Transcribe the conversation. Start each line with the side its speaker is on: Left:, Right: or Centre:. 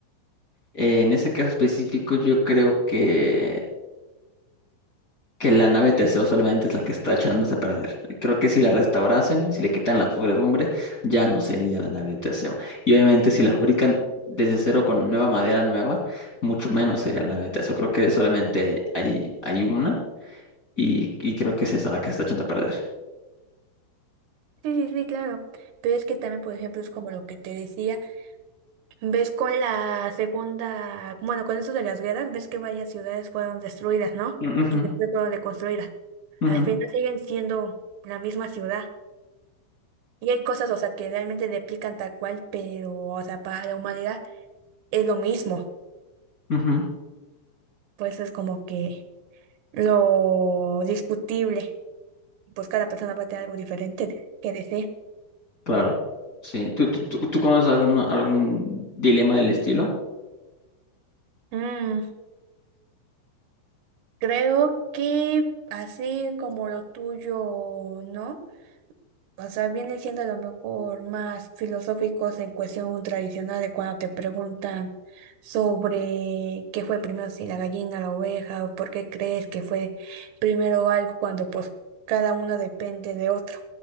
Left: eh, en ese caso específico, yo creo que que la nave Teseo solamente es la que está echándose a perder. Creo que si la restaurasen, si le quitan la podredumbre, ya no sería la nave de Teseo. Y obviamente si la fabrican desde cero con nueva madera nueva, mucho menos sería la nave de Teseo. Creo que solamente hay, hay una y, y creo que es esa la que está echando a perder.
Right: Sí, sí, sí, claro. Pero es que también, por ejemplo, es como lo que te decía. Ves con la segunda, bueno, con esto de las guerras, ves que varias ciudades fueron destruidas, ¿no?
Left: Ujú,
Right: Y después fueron reconstruidas.
Left: ujú,
Right: Al final siguen siendo la misma ciudad. Y hay cosas, o sea, que realmente replican tal cual, pero, o sea, para la humanidad es lo mismo.
Left: ujú,
Right: pues es como que lo discutible. Pues cada persona va a tener algo diferente de- que decir.
Left: Claro, sí. ¿Tú, tú, tú- tú conoces algún, algún dilema del estilo?
Right: Mm, creo que así como lo tuyo, ¿no? O sea, viene siendo a lo mejor más filosóficos en cuestión tradicional de cuando te preguntan sobre qué fue primero, si la gallina, la oveja, o por qué crees que fue primero algo cuando pues cada uno depende de otro.